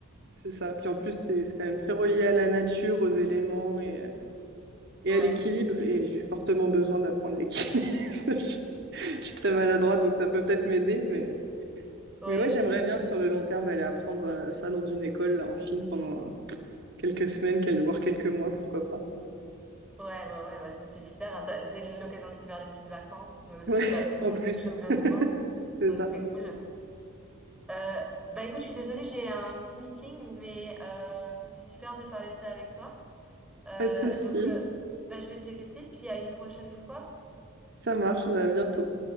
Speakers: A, on the right; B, in the centre.
A: c'est ça. Puis en plus, c'est c'est quand même très relié à la nature, aux éléments et euh, et
B: Ouais,
A: à l'équilibre. Et j'ai fortement besoin d'apprendre l'équilibre. <laughs> je, je suis très maladroite, donc ça peut peut-être m'aider. Mais,
B: oui.
A: mais ouais, j'aimerais
B: oui.
A: bien sur le long terme aller apprendre euh, ça dans une école là, en Chine pendant quelques semaines, quel- voire quelques mois, pourquoi pas.
B: Ouais, ouais, ouais, bah c'est super. hein, ça- c'est l'occasion de se faire des petites vacances, mais aussi
A: Ouais,
B: d'apprendre
A: <laughs> en plus.
B: quelque chose de
A: <laughs>
B: nouveau.
A: C'est
B: Donc
A: ça.
B: c'est cool. Euh, bah écoute, je suis désolée, j'ai un petit meeting, mais euh, c'était super de parler de ça avec toi. Euh,
A: Pas de souci.
B: donc, euh, bah, je vais te laisser, puis à une prochaine fois.
A: Ça marche. Bah, à bientôt.